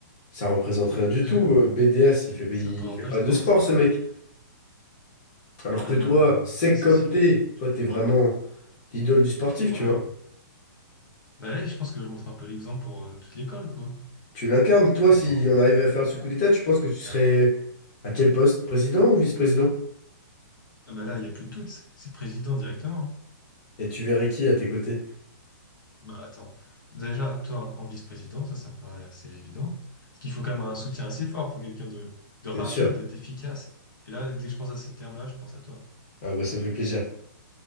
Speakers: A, on the left (about 20°); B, on the left (about 75°).
A: ça représente rien du
B: <laughs>
A: tout. euh, BDS, il fait, pas-
B: ça
A: il
B: prend
A: fait
B: pas le
A: pas
B: sport,
A: de sport,
B: ça.
A: ce mec. Alors
B: Ah
A: que
B: non,
A: toi,
B: non, non,
A: sec
B: ça c'est
A: comme
B: sûr.
A: t'es, toi, t'es vraiment. l'idole du sportif,
B: Voilà.
A: tu vois.
B: Bah là, je pense que je montre un peu l'exemple pour euh, toute l'école, quoi.
A: Tu l'incarnes. Toi,
B: Mais
A: si
B: non.
A: on arrivait à faire ce coup d'état, tu penses que tu serais à quel poste? Président ou vice-président?
B: Ah bah là, il n'y a plus de doute. C'est président directement. hein.
A: Et tu verrais qui à tes côtés?
B: Bah attends. Déjà, toi, en vice-président, ça, ça me paraît assez évident. Parce qu'il faut quand même un soutien assez fort. Il faut quelqu'un de, de rapide,
A: Bien sûr.
B: d'efficace. Et là, dès que je pense à ces termes-là, je pense à toi.
A: Ah bah ça me fait plaisir.